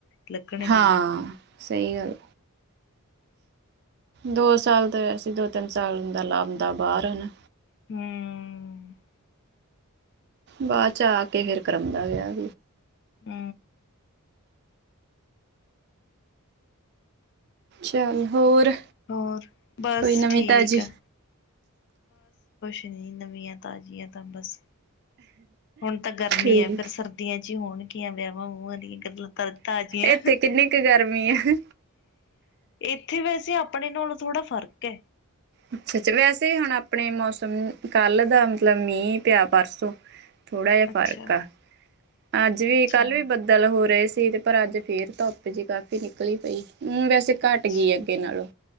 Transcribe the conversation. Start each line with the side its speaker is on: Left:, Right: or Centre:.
Left: ਲੱਗਣਗੇ
Right: ਹਾਂ,
Left: ਹੀ
Right: ਸਹੀ ਗੱਲ। ਦੋ ਸਾਲ ਤਾਂ ਵੈਸੇ ਦੋ- ਤਿੰਨ ਸਾਲ ਬਂਦਾ ਲਾਂਦਾ ਬਾਹਰ ਹੈਨਾ।
Left: ਹੂੰ।
Right: ਬਾਅਦ ਚ ਆ ਕੇ ਫਿਰ ਕਰਾਉਂਦਾ ਵਿਆਹ
Left: ਹੂੰ।
Right: ਚੱਲ ਹੋਰ
Left: ਹੋਰ, ਬਸ
Right: ਕੋਈ ਨਵੀਂ
Left: ਠੀਕ
Right: ਤਾਜ਼ੀ।
Left: ਏ। ਨਈ ਨਵੀਆਂ ਤਾਜ਼ੀਆਂ ਤਾਂ ਬਸ ਹੁਣ ਤਾਂ ਗਰਮੀ
Right: ਠੀਕ।
Left: ਹੈ, ਫਿਰ ਸਰਦੀਆਂ ਚ ਹੋਣਗੀਆਂਵੇ ਇਹਾ-ਉਹਾਦੀ ਗਲਾਂ ਤਾਜ਼ੀਆਂ
Right: ਇੱਥੇ ਕਿੰਨੀ ਕੁ ਗਰਮੀ ਆ।
Left: ਇੱਥੇ ਵੈਸੇ ਆਪ ਆਪਣੇ ਨਾਲੋਂ ਥੋੜਾ ਫ਼ਰਕ ਹੈ।
Right: ਅੱਛਾ-ਅੱਛਾ ਵੈਸੇ ਹੁਣ ਆਪਣੇ ਮੌਸਮ, ਕੱਲ ਦਾ ਮਤਲਬ ਮੀਂਹ ਪਿਆ ਪਰਸੋਂ ਥੋੜਾ ਜਿਹਾ
Left: ਅੱਛਾ
Right: ਫ਼ਰਕ ਆ। ਅੱਜ ਵੀ,
Left: ਅੱਛਾ
Right: ਕੱਲ ਵੀ ਬੱਦਲ ਹੋ ਰਹੇ ਸੀ ਤੇ ਪਰ ਅੱਜ ਫੇਰ ਧੁੱਪ ਜਿਹੀ ਕਾਫ਼ੀ ਨਿਕਲੀ ਪਈ। ਹੂੰ ਵੈਸੇ ਘੱਟ
Left: ਅੱਛਾ
Right: ਗਈ ਅੱਗੇ ਨਾਲੋਂ,